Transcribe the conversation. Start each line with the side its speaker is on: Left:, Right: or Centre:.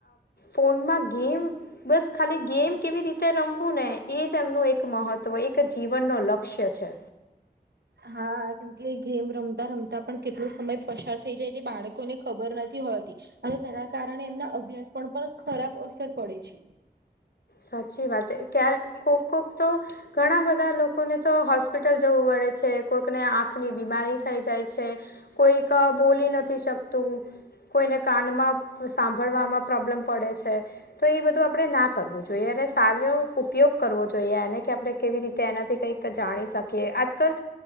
Left: ફોનમાં ગેમ બસ ખાલી ગેમ કેવી રીતે રમવું ને એ જ એમનું એક મહત્વ એક જીવનનું લક્ષ્ય છે
Right: હા કેમકે ગેમ રમતા રમતા પણ કેટલો સમય પસાર થઈ જાય તે બાળકોને ખબર નથી હોતી અને તેના કારણે એમના અભ્યાસ પણ પણ ખરાબ અસર પડે છે
Left: સાચી વાત <inaudible> કોક કોક તો ઘણા બધા લોકોને તો હોસ્પિટલ જવું પડે છે. કોઈકને આ આંખની બીમારી થઈ જાય છે કોઈક બોલી નથી શકતું. કોઈને કાનમાં સાંભળવામાં પ્રોબ્લેમ પડે છે તો એ બધું આપડે ણા જોએ અને સારો ઉપયોગ કરવો જોઈએ એને કે આપડે કેવી રીતે એનાથી કંઈક જાણી શકીએ આજ કલ.